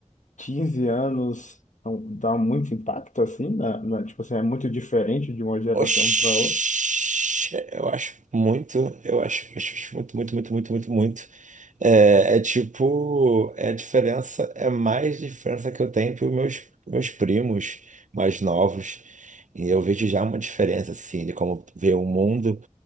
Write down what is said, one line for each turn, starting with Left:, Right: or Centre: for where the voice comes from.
Left: 15 anos dão- dá muito impacto assim, na, na- tipo assim, é muito diferente de uma geração
Right: Oxi,
Left: para outra?
Right: eu acho muito, eu acho, acho acho muito, muito, muito, muito, muito, muito. É, é tipo, é a diferença, é mais diferença que eu tenho para meus, meus primos mais novos. E eu vejo já uma diferença, assim, de como vê o mundo.